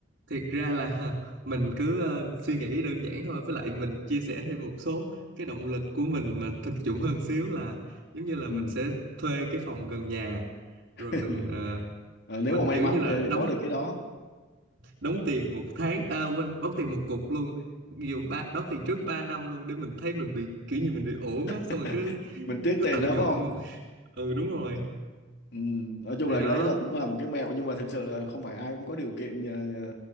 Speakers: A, on the right; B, on the left.
A: thiệt ra là <laughs> mình cứ ờ, suy nghĩ đơn giản thôi với lại mình chia sẻ thêm một số cái động lực của mình mà thực dụng hơn xíu là giống như là
B: ừ.
A: mình sẽ thuê cái phòng gần nhà
B: <laughs>
A: rồi mình ờ,
B: Ờ, nếu
A: mình
B: mà may
A: kiểu
B: mắn
A: như là
B: để để
A: đóng
B: có được cái đó
A: đóng tiền một tháng à, quên đóng tiền một cục luôn dù ba đóng tiền trước 3 năm luôn để mình thấy mình bị kiểu như mình bị ổn á
B: <laughs>
A: xong rồi cứ
B: mình tiếc
A: cứ
B: tiền
A: tận
B: đó
A: dụng
B: phải không
A: <laughs> ừ đúng rồi
B: ừ, nói chung
A: thì
B: là
A: đó
B: cái đấy là cũng là một cái mẹo nhưng mà thực sự là không phải ai cũng có điều kiện à, à,